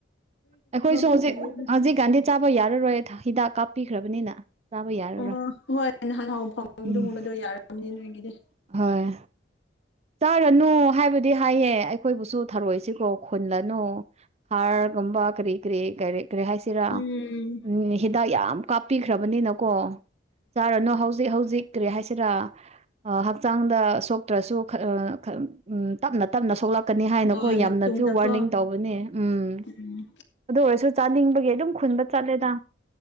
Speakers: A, on the right (about 35°); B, on the left (about 65°).
A: ꯑꯩꯈꯣꯏꯁꯨ
B: ꯐꯪꯗꯦꯕ
A: ꯍꯧꯖꯤꯛ ꯍꯧꯖꯤꯛ ꯒꯥꯟꯗꯤ ꯆꯥꯕ ꯌꯥꯔꯔꯣꯏ ꯍꯤꯗꯥꯛ ꯀꯥꯞꯄꯤꯈ꯭ꯔꯕꯅꯤꯅ ꯆꯥꯕ ꯌꯥꯔꯔꯣꯏ
B: ꯑꯣ ꯍꯣꯏ ꯅꯍꯥꯟ ꯍꯥꯎ ꯐ ꯑꯗꯨꯒꯨꯝꯕꯗꯣ
A: ꯎꯝ
B: ꯌꯥꯔꯕꯅꯤ ꯅꯣꯏꯒꯤꯗꯤ
A: ꯍꯣꯏ ꯆꯥꯔꯅꯨ ꯍꯥꯏꯕꯗꯤ ꯍꯥꯏꯌꯦ ꯑꯩꯈꯣꯏꯕꯨꯁꯨ ꯊꯔꯛꯏꯁꯤꯀꯣ ꯈꯨꯜꯂꯅꯨ ꯍꯥꯔꯒꯨꯝꯕ ꯀꯔꯤ ꯀꯔꯤ ꯀꯔꯤ ꯀꯔꯤ ꯍꯥꯏꯁꯤꯔꯥ
B: ꯎꯝ
A: ꯎꯝ ꯍꯤꯗꯥꯛ ꯌꯥꯝ ꯀꯥꯞꯄꯤꯈ꯭ꯔꯕꯅꯤꯅꯀꯣ ꯆꯥꯔꯅꯨ ꯍꯧꯖꯤꯛ ꯍꯧꯖꯤꯛ ꯀꯔꯤ ꯍꯥꯏꯁꯤꯔꯥ ꯍꯛꯆꯥꯡꯗ ꯁꯣꯛꯇ꯭ꯔꯁꯨ ꯎꯝ ꯇꯞꯅ ꯇꯞꯅ ꯁꯣꯛꯂꯛꯀꯅꯤ ꯍꯥꯏꯅꯀꯣ
B: ꯍꯣꯏ
A: ꯌꯥꯝꯅꯁꯨ
B: ꯃꯇꯨꯡꯗꯀꯣ
A: ꯋꯥꯔꯅꯤꯡ ꯇꯧꯕꯅꯦ ꯎꯝ
B: ꯎꯝ
A: ꯑꯗꯨ ꯑꯣꯏꯔꯁꯨ ꯆꯥꯅꯤꯡꯕꯒꯤ ꯑꯗꯨꯝ ꯈꯨꯟꯕ ꯆꯠꯂꯦꯗ